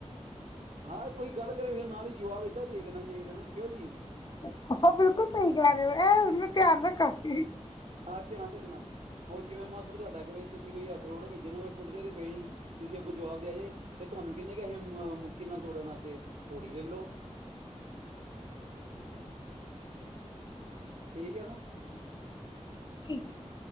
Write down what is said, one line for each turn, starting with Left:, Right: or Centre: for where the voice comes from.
Right: ਹਾਂ ਕੋਈ ਗੱਲ ਕਰੇ ਫਿਰ ਨਾਲ ਜਵਾਬ ਏਦਾਂ ਦੇਣਾ ਚਾਹੀਦਾ ਨਾ ਕਿਉਂ ਜੀ?
Left: ਉਹ ਬਿਲਕੁਲ ਸਹੀ ਕਹਿ ਰਹੇ। ਇਹਏ ਹੁਣ ਮੈਂ ਧਿਆਨ ਰੱਖਾਂਗੀ।
Right: ਹਾਂ, ਧਿਆਨ ਰੱਖਣਾ। ਉ ਜਿਵੇਂ ਮਾਸਰ ਤੁਆਡਾ ਕਵੇ ਤੁਸੀਂ ਬਈ ਅ ਅਖਰੋੜ ਭੇਜਣ ਟੁੱਟਦੇ ਤੇ ਪਏ ਨੀਂ, ਤੁਸੀਂ ਅੱਗੋਂ ਜਵਾਬ ਦਿਆ ਜੇ ਤੇ ਤੁਹਾਨੂੰ ਕੀਹਨੇ ਕਿਆ ਹੀ ਮ ਮ ਮੁੱਕੀ ਨਾਲ ਤੋੜਨ ਵਾਸਤੇ ਥੋੜ੍ਹੀ ਲੱਲੋ। ਠੀਕ ਆ ਨਾਂ।
Left: ਸਈ।